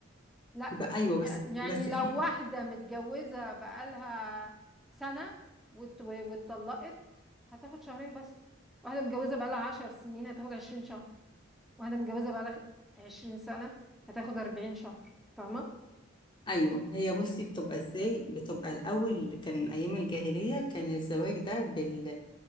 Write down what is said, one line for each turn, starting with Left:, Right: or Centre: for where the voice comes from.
Centre: لا
Left: بقى ايوه بس
Centre: ي- يعني
Left: بس
Centre: لو
Left: في
Centre: واحدة متجوزة بقالها سنة وات- واتطلقت هتاخد شهرين بس واحدة متجوزة بقالها عشر سنين هتاخد عشرين شهر واحدة متجوزة بقالها عشرين سنة هتاخد أربعين شهر فاهمة؟
Left: ايوه هي بصي بتبقى ازاي بتبقى الاول كان ايام الجاهليه كان الزواج ده بال